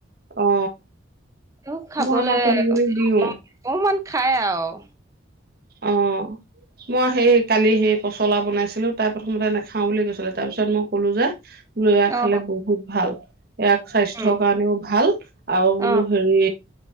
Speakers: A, on the right; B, on the right.
A: অ
B: ত খাবলৈ
A: মই আমাৰ ছোৱালীজনীক
B: অক
A: দিও
B: অকমান খাই আওঁ
A: অ মই সেই কালি সেই পচলা বনাইছিলো তাৰ প্ৰথমতে নাখাও বুলি কৈছিলে তাৰ পিছত মোক কলো যে বোলয়া
B: অ
A: খালে বহুত ভাল ইয়াক স্বাস্থ্যৰ
B: উম
A: কাৰণেও ভাল আৰু বোলো
B: অ
A: হেৰি